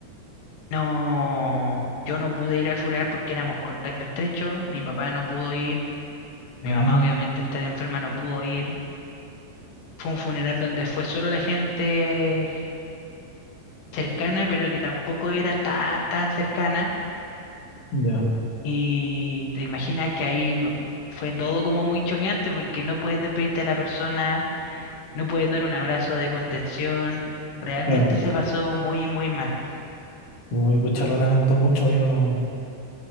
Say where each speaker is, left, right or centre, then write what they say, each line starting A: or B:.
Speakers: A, on the left; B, on the left.
A: No, yo no pude ir al funeral porque éramos contacto estrecho, mi papá no pudo ir, mi
B: mm,
A: mamá obviamente estar enferma no pudo ir. Fue un funeral donde fue solo la gente cercana, pero que tampoco era tan, tan cercana.
B: ya.
A: Y te imaginas que ahí fue todo como muy choqueante porque no puedes despedirte de la persona, no puedes dar un abrazo de contención. Realmente
B: Bueno,
A: se pasó muy, muy mal.
B: uy, pucha, lo lamento mucho, yo no.